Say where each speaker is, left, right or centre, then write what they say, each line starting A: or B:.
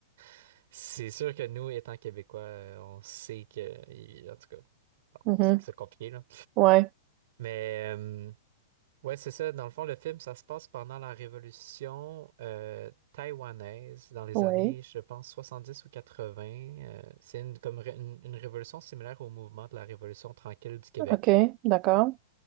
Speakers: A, on the right (about 45°); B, on the right (about 30°).
A: <laughs> c'est sûr que nous, étant Québécois, euh, on sait que, il- en tout cas, bon,
B: Mhm.
A: c'est c'est compliqué là.
B: Ouais.
A: Mais euh, Ouais, c'est ça. Dans le fond, le film, ça se passe pendant la révolution euh, taïwanaise, dans les
B: Oui.
A: années, je pense, 70 ou 80. Euh, c'est une, comme ré- une, une révolution similaire au mouvement de la Révolution tranquille du Québec,
B: OK. D'accord.